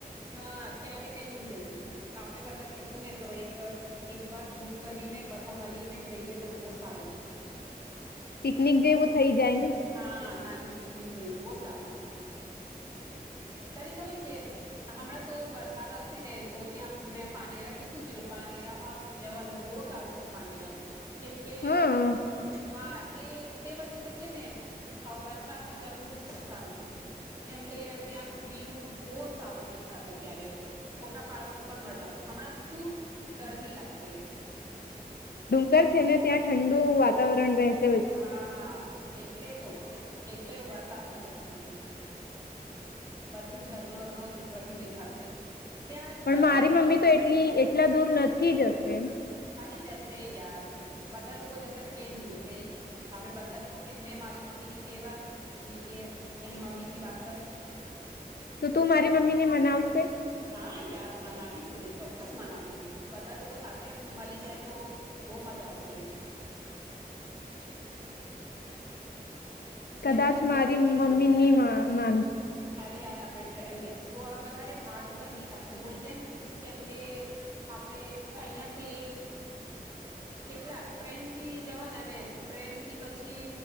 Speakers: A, on the right; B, on the left.
A: હા ક્યારેક કઈ નહી જાય આપણે બધા કશું ને તો એક એક બસ બુક કરીને બધા મળીને જઈએ તો બહુ સારું
B: પિકનિક જેવું થઈ જાય ને
A: હા નાલની પિકનિક જવું બહ સારું તને ખબર છે હમણાં તો વરસાદ આવશે ને તો ત્યાં મેં પાનેરા કીધું છેું ને પાનેરામાં જવાનું બહુ સારું છે પાનેરા કેમ કે
B: હા
A: હા તે તે બધું જગ્યા ને વરસાદમાં જવું સારું છે કેમ કે ત્યાંનું વ્યૂ બહુ સારું દેખાશે ત્યારે ફોટા પાડવામાં પણ મજા આવશે હમણાં શું ગરમી લાગશે
B: ડુંગર છે ને ત્યાં ઠંડુ વાતાવરણ રહેશે
A: હા એક એટલે તો એટલે વરસાદમાં જવાનું બધું ઝરનોરનો બધું દેખાશે ત્યાં
B: પણ
A: બંને
B: મારી
A: છે
B: મમ્મી તો એટલી એટલા દૂર નથી જશે
A: અરે જશે યાર બધા લોકો જશે તો કેમ નહી જશે એક અમે બધા લોકો કે મે મારી મમ્મી ને કેવા ન કે એની મમ્મી થી વાત કર
B: તો તું મારી મમ્મી ને મનાવશે
A: હા યાર મનાવીશ ને ચોક્કસ મનાવીશ બધા લોકો સાથે મળી જાય તો બહ મજા આવશે
B: કદાચ
A: મેં તો કહેતી
B: મારી
A: જ
B: મમ્મી
A: છું
B: ની મા માન
A: અરે યાર આપડે ટ્રેન દેખ વધારે ભાડું પર નહી લાગશે બોલ કેમ કેમ કે આપણેે અયાથી કેટલા ટ્રેન થી જવાના ને ટ્રેન થી પછી